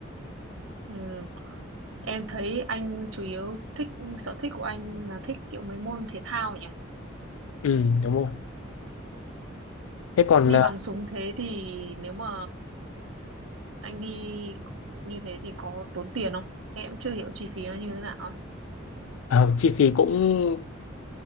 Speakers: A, on the right; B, on the left.
A: Ừ. Em thấy anh chủ yếu thích sở thích của anh là thích kiểu mấy môn thể thao nhỉ?
B: ừ, đúng rồi thế còn
A: Đi
B: ờ,
A: bắn súng thế thì nếu mà anh đi như thế thì có tốn tiền không? Em chưa hiểu chi phí nó như thế nào ấy.
B: ờ, chi phí cũng